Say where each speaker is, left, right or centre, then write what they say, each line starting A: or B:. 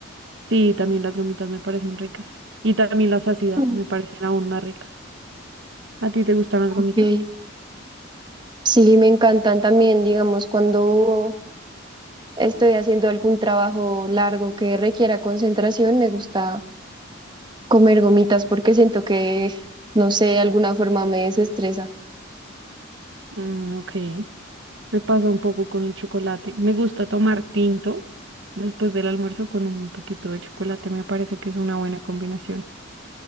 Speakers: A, on the right; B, on the right.
A: Sí, también las gomitas me parecen ricas. Y también las ácidas
B: Mm.
A: me parecen aún más ricas. ¿A ti te gustan las gomitas?
B: Ok. Sí, me encantan también, digamos, cuando estoy haciendo algún trabajo largo que requiera concentración, me gusta comer gomitas porque siento que, no sé, de alguna forma me desestresa.
A: Mm, ok. Me pasa un poco con el chocolate. Me gusta tomar tinto después del almuerzo con un poquito de chocolate. Me parece que es una buena combinación.